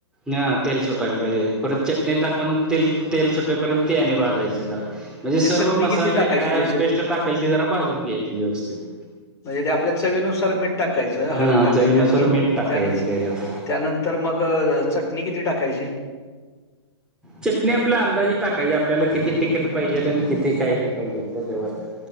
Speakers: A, in the centre; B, on the left (about 20°).
A: हं तेल सुटायलां पाहिजे परंत चटणी टाकूंन ते तेल सुटेपर्यंत ती आणि भाजांयची जरां म्हणजे
B: ते चटणी
A: सर्व मसाले
B: किती टाकायची
A: कायं
B: त्याच्यात
A: पेस्टं टाकेल ते जरां भाजूंन घ्यांयची व्यवस्थितं.
B: म्हणजे ते आपल्यां चवीनुसांर मीठ टाकायचं
A: हा
B: हळंद टाकायंची
A: चवीनुसार
B: आणि
A: मीठ टाकायचं
B: त्यांनंच
A: त्याच्यात.
B: त्यानंतर मंग चटणी किती टाकायंची?
A: चिटणी आपल्यां अंदाजे टाकायंची आपल्यांला किती तिकीट पाहिजेलं आणि किती कायं हे पाहिजेलं त्यांच्यावरती.